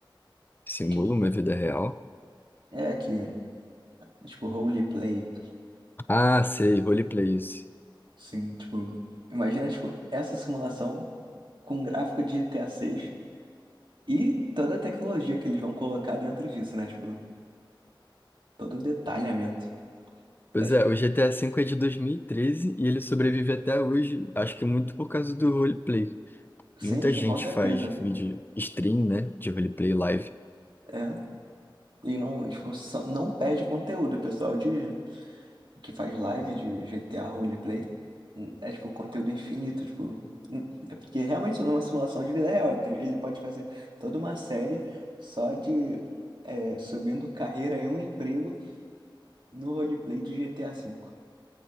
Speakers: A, on the left (about 25°); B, on the right (about 65°).
A: Simula
B: Que-
A: uma vida real?
B: é que tipo roleplay
A: Ah, sei, roleplay isso.
B: Sim, tipo, imagina, tipo, essa simulação com um gráfico de GTA 6 e toda a tecnologia que eles vão colocar dentro disso, né? Tipo, todo o detalhamento.
A: Pois
B: Deve...
A: é, o GTA V é de 2013 e treze e ele sobrevive até hoje, acho que muito por causa do roleplay.
B: Sim,
A: Muita
B: sim,
A: gente
B: com certeza.
A: faz vídeo stream, né, de roleplay live.
B: É. E não, tipo, só- não perde conteúdo. O pessoal de, que faz live de GTA roleplay hum, é, tipo, conteúdo infinito, tipo... hum, É porque realmente é uma simulação de vida real. Ele tem- ele pode fazer toda uma série só de... é, subindo carreira em um emprego No roleplay de GTA V.